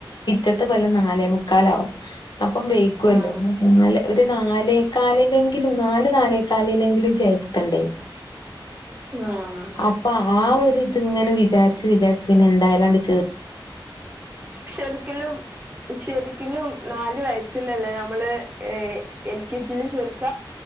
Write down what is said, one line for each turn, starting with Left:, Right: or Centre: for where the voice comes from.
Left: പിറ്റത്തെ കൊല്ല നാല് മൂന്നേമുക്കാലാവും അപ്പം വൈകോല്ലോ
Right: ആഹ്
Left: നാല് ഒരു നാ ലെ കാലില്ലി നാല് നാലേ കാല് കാലില്ലെങ്കിലും ചേട്ട ത്തണ്ടേ
Right: ആഹ്
Left: അപ്പ ആ ഒരു ഇത്ങ്ങനെ വിചാരിച്ച് വിചാരിച്ചു പിന്നെ എന്തായാലാങ്ങ്ട് എത്ത
Right: ശരിക്കിലും ശരിക്കിലും നാല് വയസ് ഫില്ലേല്ലേ നമ്മള് എൽ കെ ജില് ചേർക്ക